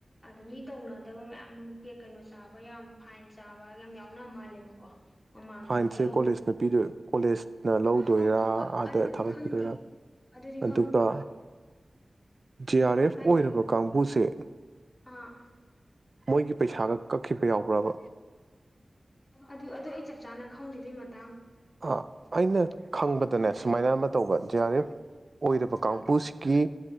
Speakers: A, on the left; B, on the right.
A: ꯑꯗꯣ ꯃꯤ ꯇꯧꯅꯗꯕ ꯃꯌꯥꯝꯃ ꯀꯩꯅꯣ ꯆꯥꯕ ꯌꯥꯝ ꯐꯥꯏꯟ ꯆꯥꯕ ꯌꯥꯝ ꯌꯥꯎꯅ ꯃꯥꯜꯂꯦꯕꯀꯣ ꯃꯃꯥꯡꯗ
B: ꯐꯥꯏꯟꯁꯦ
A: ꯄꯤꯍꯧꯗꯕ
B: ꯀꯣꯂꯦꯖꯅ ꯄꯤꯗꯣꯏ ꯀꯣꯂꯦꯖꯅ ꯂꯧꯗꯣꯏꯔ
A: ꯈꯪ
B: ꯑꯥꯗ
A: ꯑꯗꯨꯗꯤ
B: ꯊꯥꯒꯠꯈꯤꯗꯣꯏꯔ
A: ꯈꯪꯗꯦ ꯑꯗꯨꯗꯤ
B: ꯑꯗꯨꯒ
A: ꯈꯪꯗꯦ
B: ꯖꯦ ꯑꯥꯔ ꯑꯦꯐ
A: ꯍꯥꯏꯗꯤ
B: ꯑꯣꯏꯔꯕ ꯀꯥꯡꯕꯨꯁꯦ
A: ꯑꯥ
B: <inaudible> ꯃꯣꯏꯒꯤ ꯄꯩꯁꯥꯒ ꯀꯛꯈꯤꯕ ꯌꯥꯎꯕ꯭ꯔꯕ
A: ꯑꯗꯨ ꯑꯗꯨꯗꯣ ꯑꯩ ꯆꯞ ꯆꯥꯅ ꯈꯪꯗꯦ ꯑꯗꯨ ꯃꯇꯥꯡ
B: ꯑꯥ ꯑꯩꯅ ꯈꯪꯕꯗꯅꯦ ꯁꯨꯃꯥꯏꯅ ꯑꯃ ꯇꯧꯕ ꯖꯤ ꯑꯥꯔ ꯑꯦꯐ ꯑꯣꯏꯔꯕ ꯀꯥꯡꯕꯨꯁꯤꯒꯤ